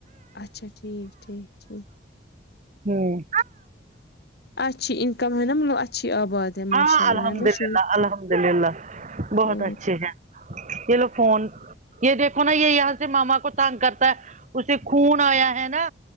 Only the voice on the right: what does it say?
ہوں
ہاں
الحمد
للہ الحمد للہ بہت
اچھے ہیں چلو فون یہ دیکھو نا یہ یا اس ماما کو تنگ کرتا ہے اسے خون آیا ہے نا